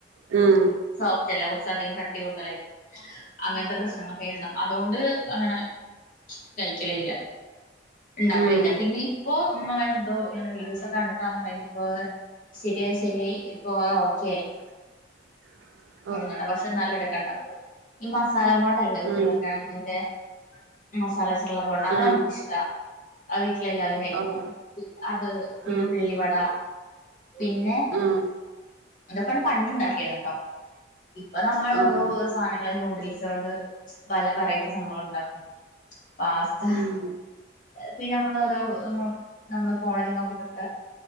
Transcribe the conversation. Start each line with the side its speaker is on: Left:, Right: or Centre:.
Right: ഉം.
Left: സോഫ്റ്റല്ല കൊറച്ച അധികം കട്ടി കൂടുതലായിരിക്കും. അങ്ങൻത്തെ പ്രശ്നങ്ങളൊക്കെ അയിന് ഇണ്ടാവും അതോണ്ട് അങ്ങനെ കഴിക്കലില്ല. ഇണ്ടാക്കലില്ല
Right: ഉം
Left: പിന്നെ ഇപ്പോ ഇമ്മ അങ്ങനെ എന്തോ ഇങ്ങനെ വീഡിയോസോക്കെ കണ്ടിട്ടാന്നറീല്ല ഇപ്പോ ശരിയായി ശരിയായി ഇപ്പോ ഓക്കെ ആയി.
Right: <inaudible>
Left: ഉഴുന്ന് വട പക്ഷെ എന്നാലും എടുക്കണ്ട ഈ മസാല ബോണ്ട അല്ലേ ഉരുളക്കെഴങ്ങിന്റെ
Right: ഉം
Left: മസാല വെച്ചിട്ട്ള്ള ബോണ്ട അതമ്മക്ക്‌
Right: ഉം
Left: ഇഷ്ടാ. അത് വീട്ടിലെ എല്ലാവരും കയിക്കും
Right: ഓഹ്
Left: അത് പിന്നെ
Right: ഉം
Left: ഉള്ളിവട പിന്നെ
Right: ഉം
Left: ഇതൊക്കെ ആണ് പണ്ട് ഇണ്ടാക്കിയിരുന്നെട്ടോ. ഇപ്പൊ നമ്മള്
Right: ഓഹ്
Left: ഓരോ സാനങ്ങള് നൂഡിൽസ് കൊണ്ട് പല വെറൈറ്റി സംഭവങ്ങളും ഉണ്ടാക്കും പാസ്ത
Right: ഉം
Left: പിന്നെ നമ്മള് ഓരോ ന നമ്മള് ഫോണിൽ നോക്കീട്ടൊക്കെ